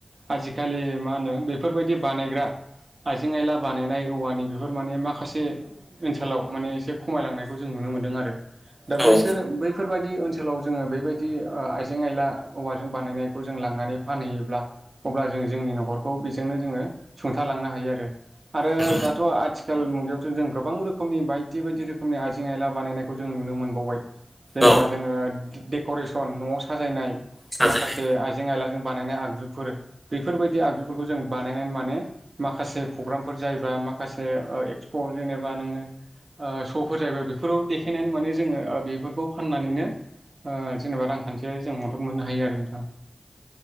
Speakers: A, on the right; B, in the centre.
A: आजिखालि मा होनो बेफोरबायदि बानायग्रा आइजें आयला बानायनाय औवानि बेफोर माने माखासे ओनसोलाव माने एसे खमायलांनायखौ जों नुनो मोनदों आरो दा
B: औ
A: बैसोर बैफोरबायदि ओनसोलाव जोङो बैबायदि ओ आइजें आइजें आयला औवाजों बानायनायखौ जों लांनानै फानहैयोब्ला अब्ला जों जोंनि न'खर खौ बेजोंनो जोङो सुंथालांनो हायो आरो। आरो
B: नंगौ
A: दाथ' आथिखाल मुगायावथ' जों गोबां रोखोमनि बायदि बायदि रोखोमनि आइजें आइला बानायनायखौ जों नुनो मोनबावबाय जेनेबा
B: औ
A: जोङो देकरेसन न'आव साजायनाय
B: साजायनाय
A: माखासे आइजें आइलाजों बानायनाय आगजुफोर बेफोरबायदि आगजुफोरखौ जों बानायनानै माने माखासे प्रग्रामफोर जायोबा माखासे ओ एक्सप' जेनेबा नोङो ओ श'फोर जायोबा बेफोराव देखायनानै माने जोङो ओ बेफोरखौ फाननानैनो ओ जेनेबा रांखान्थियारि जों मदद मोननो हायो आरो नोंथां।